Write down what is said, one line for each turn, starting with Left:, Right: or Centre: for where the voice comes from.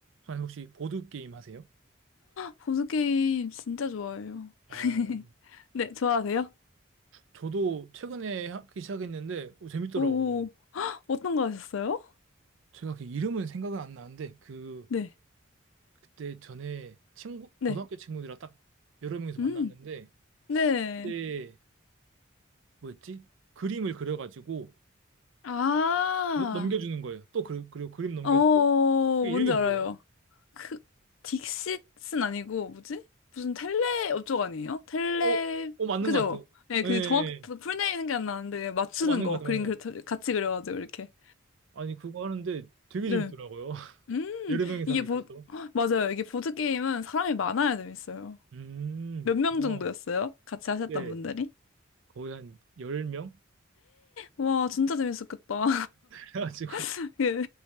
Right: 선생님 혹시 보드 게임 하세요?
Left: 보드게임 진짜 좋아해요.
Right: 어,
Left: <laughs> 네, 좋아하세요?
Right: 저도 최근에 하기 시작했는데 어, 재밌더라고요.
Left: 오, 어떤 거 하셨어요?
Right: 제가 그 이름은 생각은 안 나는데 그
Left: 네,
Right: 그때 전에 친구
Left: 네,
Right: 고등학교 친구들이랑 딱 여러 명이서 만났는데
Left: 음, 네.
Right: 그때 뭐였지? 그림을 그려가지고
Left: 아,
Right: 넘- 넘겨주는 거예요. 또 그, 그리고 그림 넘겨주고
Left: 어,
Right: 그 이름이
Left: 뭔지 알아요.
Right: 뭐예요?
Left: 그, 딕싯은 아니고, 뭐지? 무슨 텔레, 어쩌고 아니에요? 텔레,
Right: 어, 어 맞는
Left: 그죠?
Right: 것 같아요.
Left: 네, 그
Right: 예, 예,
Left: 정확,
Right: 예.
Left: 풀네임은 게안 나는데, 맞추는
Right: 어, 맞는
Left: 거.
Right: 것 같아요,
Left: 그림
Right: 맞는 것
Left: 그-
Right: 같아요.
Left: 같이 그려가지고, 이렇게.
Right: 아니 그거 하는데 되게
Left: 네.
Right: 재밌더라고요. <laughs>
Left: 음,
Right: 여러 명이서
Left: 이게
Right: 하니까
Left: 보,
Right: 또.
Left: <gasps> 헉, 맞아요. 이게 보드게임은 사람이 많아야 재밌어요.
Right: 음,
Left: 몇
Right: 그렇구나.
Left: 명 정도였어요? 같이 하셨던
Right: 네.
Left: 분들이?
Right: 거의 한 10명? <laughs>
Left: 와, 진짜 재밌었겠다.
Right: 그래가지고
Left: <laughs> 예.